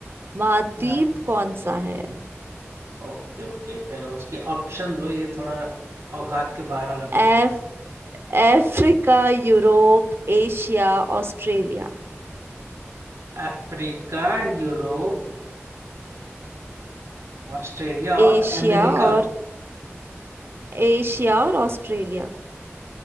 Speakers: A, on the right (about 55°); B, on the right (about 80°).
A: महाद्वीप
B: हाँ।
A: कौन सा है
B: ओके ओके फिर उसके ऑप्शन दो ये थोड़ा औकात के बाहर वाला क्वेश्चन
A: एफ
B: है
A: Africa Europe Asia Australia
B: अफ्रीका यूरोप ऑस्ट्रेलिया
A: Asia
B: और अमेरिका
A: और एशिया और ऑस्ट्रेलिया